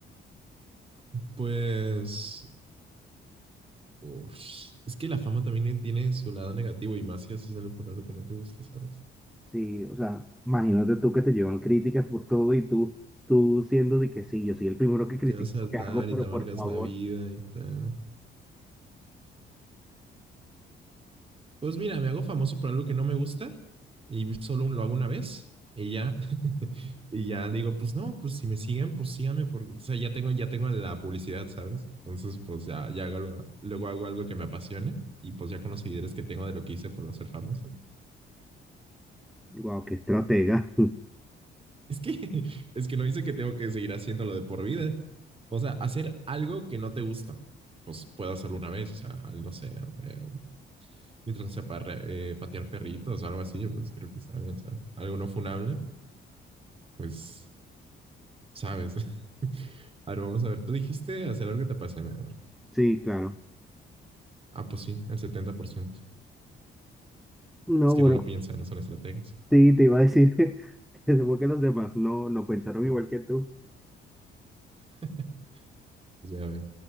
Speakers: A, on the right; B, in the centre.
A: Pues uf, es que la fama también tiene su lado negativo y más si haces algo por algo que no te gusta, ¿sabes?
B: Sí, o sea, imagínate tú que te llevan críticas por todo y tú, tú siendo de que sí, yo soy el primero que
A: Y
B: critico,
A: te vas a hartar
B: ¿qué hago? Pero
A: y te amargas
B: por favor,
A: la vida y tal. Pues mira, me hago famoso por algo que no me gusta y solo lo hago una vez y ya, <laughs> y ya digo, pues no, pues si me siguen, pues síganme porque, o sea, ya tengo, ya tengo la publicidad, ¿sabes? Entonces, pues ya, ya hago algo- luego hago algo que me apasione y pues ya con los seguidores que tengo de lo que hice por ser famoso.
B: wow, qué estratega. <laughs>
A: Es que, <laughs> es que no dice que tengo que seguir haciéndolo de por vida. O sea, hacer algo que no te gusta, pues puedo hacerlo una vez, o sea, no sé, eh, mientras no sea para, patear perritos o algo así, pues creo que está bien, ¿sabes? Algo no funable pues sabes. <laughs> A ver, vamos a ver. Tú dijiste hacer algo que te apasione. A ver.
B: Sí, claro.
A: Ah, pues sí, el setenta por ciento.
B: No,
A: Es que
B: bueno.
A: no lo piensan. no son estrategas.
B: Sí, te iba a decir, <laughs> supongo que los demás no, no pensaron igual que tú.
A: <laughs> pues ya ves.